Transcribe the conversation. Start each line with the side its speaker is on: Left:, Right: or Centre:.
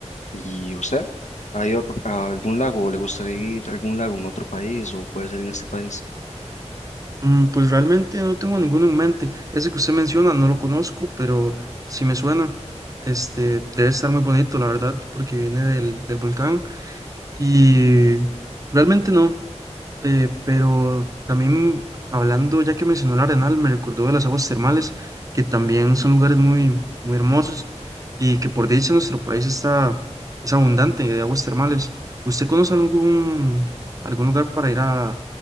Left: ¿Y usted? ¿Ha ido a a algún lago o le gustaría ir a algún lago en otro país o puede ser en este país?
Right: Mm, pues realmente no tengo ninguno en mente. Ese que usted menciona no lo conozco, pero sí me suena. Este debe estar muy bonito, la verdad, porque viene del, del volcán. Y realmente no. Eh, pero también hablando, ya que mencionó el Arenal, me recordó de las aguas termales, que también son lugares muy, muy hermosos y que por dicha nuestro país está, es abundante de aguas termales. ¿Usted conoce algún, algún lugar para ir a